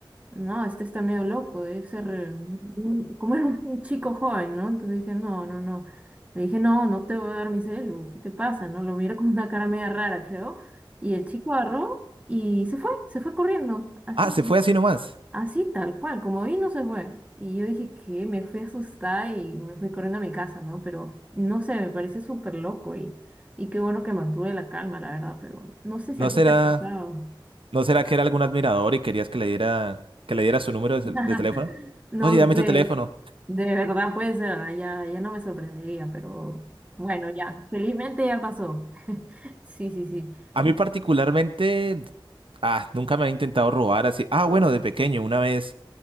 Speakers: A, on the right; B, on the right.
A: no, este está medio loco, debe ser eh, un- como era un chico joven, ¿no? Entonces dije, no, no, no. Le dije, no, no te voy a dar mi celu, ¿qué te pasa? ¿No? Lo mira con una cara media rara, creo. Y el chico agarró y se fue, se fue corriendo, así.
B: Ah, se fue así nomás.
A: Así tal cual, como vino se fue. Y yo dije que me fui asustada y me fui corriendo a mi casa, ¿no? Pero no sé, me pareció súper loco y, y qué bueno que mantuve la calma, la verdad, pero no sé si
B: ¿No
A: a
B: será,
A: ti te ha pasado.
B: no será que era algún admirador y querías que le diera, que le diera su número
A: <laughs>
B: de, tel- de teléfono?
A: No
B: Oye, dame
A: sé,
B: tu teléfono.
A: de verdad puede ser, ah, ya, ya no me sorprendería, pero bueno, ya, felizmente ya pasó. <laughs> Sí, sí, sí.
B: A mí particularmente, ah, nunca me han intentado robar así. Ah, bueno, de pequeño, una vez.